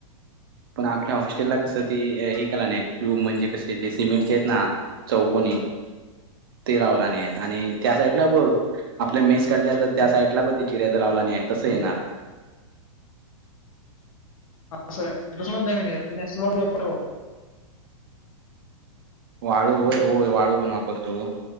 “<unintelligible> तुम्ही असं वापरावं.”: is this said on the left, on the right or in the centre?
Left